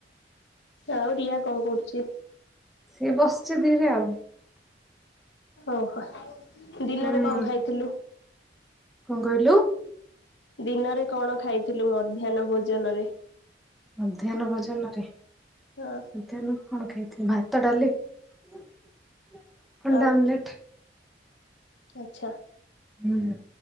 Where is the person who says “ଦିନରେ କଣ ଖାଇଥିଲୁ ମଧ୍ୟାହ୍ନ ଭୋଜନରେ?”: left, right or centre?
Left